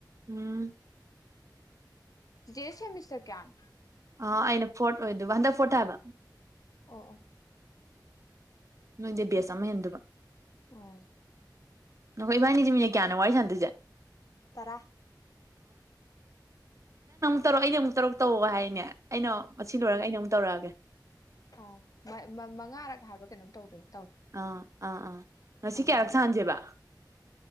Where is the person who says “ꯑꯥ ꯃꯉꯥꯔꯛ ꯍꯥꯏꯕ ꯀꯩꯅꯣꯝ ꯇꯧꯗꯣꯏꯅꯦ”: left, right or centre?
Left